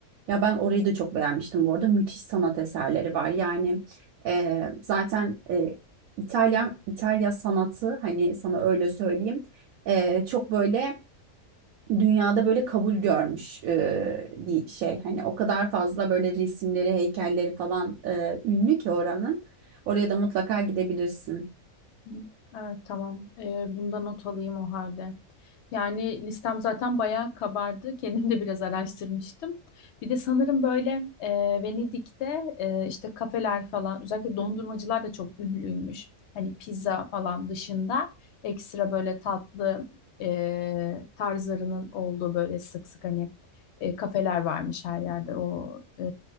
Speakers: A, on the right; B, on the left.
A: Ya ben orayı da çok beğenmiştim bu arada. Müthiş sanat eserleri var. Yani e, zaten e, İtalya İtalya sanatı hani sana öyle söyleyeyim. e, çok böyle dünyada böyle kabul görmüş e, bir şey. Hani o kadar fazla böyle resimleri, heykelleri falan e, ünlü ki oranın. Oraya da mutlaka gidebilirsin.
B: Hı. Evet tamam. Ee, bunda not alayım o halde. Yani listem zaten bayağı kabardı. Kendim de biraz araştırmıştım. Bir de sanırım böyle e, Venedik'te e, işte kafeler falan özellikle dondurmacılar da çok ünlüymüş. Hani pizza falan dışında ekstra böyle tatlı e, tarzlarının olduğu böyle sık sık hani e, kafeler varmış her yerde o e,